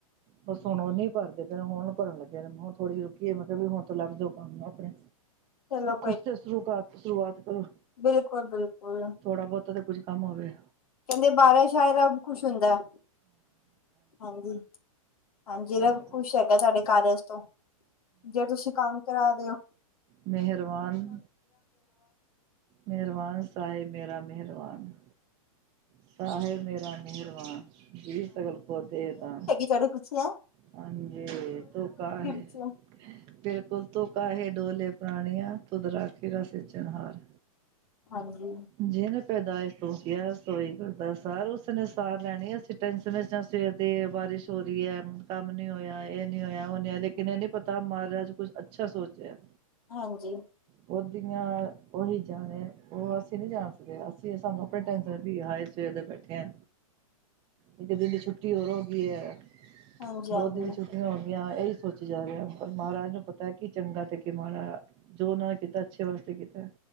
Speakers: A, on the right (about 25°); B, on the left (about 80°).
A: ਬੱਸ ਹੁਣ ਉਹ ਨੀ ਭਰਦੇ ਪਏ ਨੇ ਹੁਣ ਭਰਨ ਲੱਗੇ ਨੇ ਹੁਣ ਥੋੜ੍ਹੀ ਜਿਹੀ ਰੁਕੀ ਏ। ਮੈਂ ਕਿਹਾ ਵੀ ਹੁਣ ਤੇ ਲੱਗ ਜਾਓ ਕੰਮ ਆਪਣੇ
B: ਚਲੋ
A: ਕੁਝ ਤੇ ਸ਼ੁਰੂ ਕਰ, ਸ਼ੁਰੂਆਤ ਕਰੋ
B: ਬਿਲਕੁਲ-ਬਿਲਕੁਲ।
A: ਥੋੜ੍ਹਾ ਬਹੁਤਾ ਤੇ ਕੁੱਝ ਕੰਮ ਹੋਵੇ
B: ਕਹਿੰਦੇ ਬਾਰਾਂ ਸ਼ਾਇਰਾ ਖੁਸ਼ ਹੁੰਦਾ ਹਾਂਜੀ, ਹਾਂਜੀ
A: ਚਲੋ
B: ਰੱਬ ਖੁਸ਼ ਹੈਗਾ ਸਾਡੇ ਕਾਰਜ਼ ਤੋਂ ਜੇ ਤੁਸੀਂ ਕੰਮ ਕਰਾ ਦਿਓ
A: ਮਿਹਰਬਾਨ, ਮਿਹਰਬਾਨ ਸਾਹਿਬ ਮੇਰਾ ਮਿਹਰਬਾਨ। ਸਾਹਿਬ ਮੇਰਾ ਮਿਹਰਬਾਨ, ਜੀ ਸਗਲ ਕੋ ਦੇ ਦਾਨ।
B: ਚੜ੍ਹੇ, ਪੁੱਛਿਆ?
A: ਹਾਂਜੀ ਤੂੰ ਕਹਾਂ ਹੈ?
B: ਪਿੱਛੇ
A: ਬਿਲਕੁਲ ਤੂੰ ਕਾਹੇ ਡੋਲਹਿ ਪ੍ਰਾਣੀਆ, ਤੁਧੁ ਰਾਖੈਗਾ ਸਿਰਜਨਹਾਰੁ।
B: ਹਾਂਜੀ
A: ਜਿਹਨੇ ਪੈਦਾਇਸ਼ ਤੌਂ ਕਿਹਾ ਸੋਹੀ ਕਰਦਾ ਸਾਰ ਉਸਨੇ ਸਾਰ ਲੈਣੀ ਅਸੀ ਟੈਂਸ਼ਨ ਚ ਆਂ ਸਵੇਰ ਦੀ ਬਾਰਿਸ਼ ਹੋ ਰਹੀ ਹੈ, ਕੰਮ ਨੀ ਹੋਇਆ, ਇਹ ਨੀ ਹੋਇਆ, ਉਹ ਨੀ ਹੋਇਆ ਲੋ ਇਹ ਨਹੀਂ ਪਤਾ ਮਹਾਰਾਜ ਕੁੱਛ ਅੱਛਾ ਸੋਚ ਰਿਹਾ
B: ਹਾਂਜੀ
A: ਉਹਦੀਆਂ ਉਹੀ ਜਾਣੇ, ਉਹ ਅਸੀ ਅਸੀ ਨਹੀਂ ਜਾਣ ਸਕਦੇ ਅਸੀਂ ਸਾਨੂੰ ਆਪਣੀ ਟੈਂਸ਼ਨ ਰਹਿੰਦੀ ਆ ਹਾਏ ਸਵੇਰ ਦੇ ਬੈਠੇ ਹਾਂ। ਇੱਕ ਦਿਨ ਦੀ ਛੁੱਟੀ ਹੋਰ ਹੋ ਗਈ ਹੈ,
B: ਹਾਂਜੀ
A: ਦੋ
B: ਹਾਂਜੀ
A: ਦਿਨ ਦੀ ਛੁੱਟੀਆਂ ਹੁੰਦੀਆਂ ਇਹੀ ਸੋਚ ਜਾ ਰਿਹਾ ਪਰ ਮਹਾਰਾਜ ਨੂੰ ਪਤਾ ਕੀ ਚੰਗਾ ਤੇ ਕਿ ਮਾੜਾ, ਜੋ ਉਹਨਾਂ ਨੇ ਕੀਤਾ ਅੱਛੇ ਵਾਸਤੇ ਕੀਤਾ